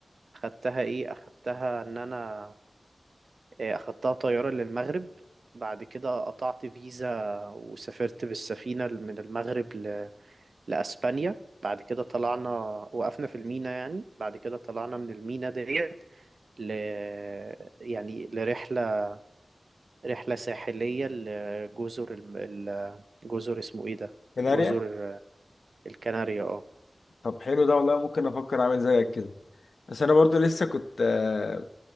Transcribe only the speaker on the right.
أخدتها إيه أخدتها إن أنا إيه، أخدتها طيارة للمغرب بعد كده قطعت فيزا وسافرت بالسفينة من المغرب ل... لأسبانيا بعد كده طلعنا وقفنا في المينا يعني بعد كده طلعنا من المينا ديت ل... يعني لرحلة رحلة ساحلية لجزر الم... ال- جزر اسمه ايه ده
جزر الكناريا اه